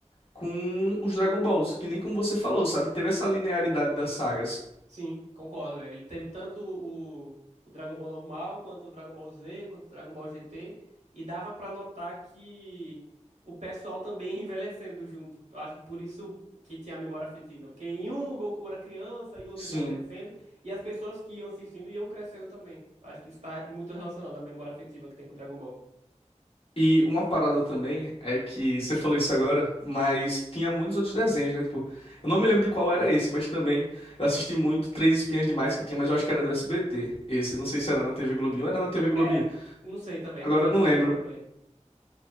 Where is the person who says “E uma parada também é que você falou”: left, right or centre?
Left